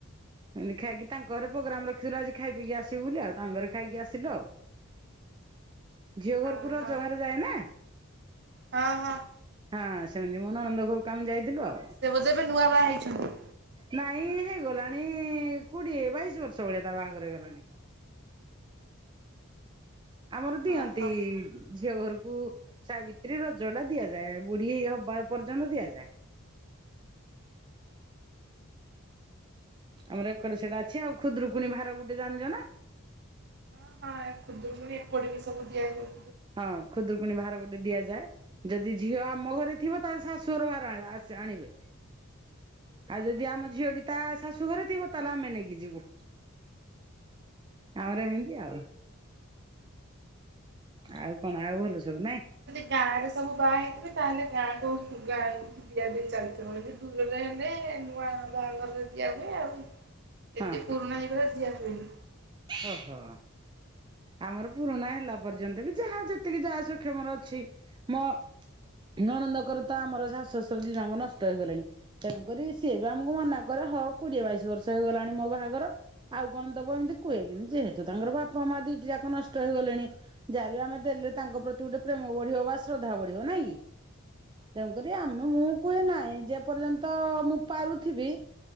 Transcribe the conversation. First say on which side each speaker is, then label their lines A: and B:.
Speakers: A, on the right; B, on the right.
A: ଏମିତି ଖାଇକି ତାଙ୍କ ଘରେ ପ୍ରୋଗ୍ରାମ ରଖିଥିଲୁ ଆଜି ଖାଇ ପଇକି ଆସିବୁ ବୋଲି ଆଉ ତାଙ୍କ ଘରେ ଖାଇକି ଆସି ସିଲୁ ଆଉ ଝିଅ
B: ଓହୋ
A: ଘରକୁ ରଜଭାର
B: ହଁ
A: ଯାଏ ନା।
B: ହଁ ହଁ
A: ହଁ ସେମିତି ମୋ ନଣନ୍ଦ ଘରକୁ କାମ ଯାଇଥିଲୁ ଆଉ।
B: ସେ ବୋଧେ ଏବେ ନୂଆ ବାହାହେଇଚନ୍ତି?
A: ନାଇଁ ହେଇଗଲାଣି କୋଡିଏ ବାଇଶି ବର୍ଷ ଭଳିଆ ତା ବାହାଘର ହେଇଗଲାଣି। ଆମର ଦିଅନ୍ତି
B: ଓହୋ
A: ଝିଅ ଘରକୁ ସାବିତ୍ରୀ ରଜ ଟା ଦିଆଯାଏ ବୁଢୀ ହବା ପର୍ଯ୍ୟନ୍ତ ଦିଆଯାଏ। ଆମର ଏକଡେ ସେଟା ଅଛି ଆଉ ଖୁଦୁରୁକୁଣୀ ଭାର ଗୋଟେ ଜାଞ୍ଜିଜ ନା?
B: ହଁ ହଁ ଖୁଦୁରୁକୁଣୀ ଏପଟେ ବି ସବୁ ଦିଆଯାଏ
A: ହଁ ଖୁଦରୁକୁଣୀ ଭାର ଗୋଟେ ଦିଆଯାଏ। ଯଦି ଝିଅ ଆମ ଘରେ ଥିବ ତାହାଲେ ଶାଶୁ ଘରୁ ଭାର ଆଣ ଆସି ଆଣିବେ। ଆଉ ଯଦି ଆମ ଝିଅଟି ତା ଶାଶୁ ଘରେ ଥିବ ତାହେଲେ ଆମେ ନେଇକି ଯିବୁ। ଆମର ଏମିତି ଆଉ। ଆଉ କଣ ଆଉ ଭଲ ସବୁ ନାଇଁ।
B: ଗାଁ ରେ ସବୁ ବାହା ହେଇଥିବେ ତାହେଲେ ଗାଁ କୁ <unintelligible> ଦିଆ ଦି ଚାଲିଥିବ ଏମିତି ଦୂରରେ ହେଲେ ନୂଆ ବାହାଘରରେ ଦିଆ ହୁଏ ଆଉ। ଏତେ
A: ହଁ
B: ପୁରୁଣା ହେଇଗଲା ଦିଆ ହୁଏନି।
A: ଓ ହୋ ଆମର ପୁରୁଣା ହେଲା ପର୍ଯ୍ୟନ୍ତ ବି ଯାହା ଯେତିକି ଯାହା ସକ୍ଷମର ଅଛି। ମୋ ନଣନ୍ଦକର ତ ଆମର ଶାଶୁ ଶ୍ୱଶୁର ଦି ଜଣଙ୍କ ନଷ୍ଟ ହେଇଗଲେଣି। ତେଣୁକରି ସିଏ ବି ଆମକୁ ମନା କରେ ହ କୁଡି଼ଏ ବାଇଶି ବର୍ଷ ହେଇଗଲାଣି ମୋ ବାହାଘର ଆଉ କଣ ଦବ ଏମିତି କୁହେ କିନ୍ତ ଯେହେତୁ ତାଙ୍କର ବାପା ମା ଦିଟି ଯାକ ନଷ୍ଟ ହେଇଗଲେଣି। ଯାହା ବି ଆମେ ଦେଲେ ତାଙ୍କ ପ୍ରତି ଗୋଟେ ପ୍ରେମ ବଢି଼ବ ବା ଶ୍ରଦ୍ଧା ବଢିବ ନାଇଁ କି? ତେଣୁକରି ଆମ ମୁଁ କୁହେ ନାହିଁ ଯେ ପର୍ଯ୍ୟନ୍ତ ମୁଁ ପାରୁଥିବି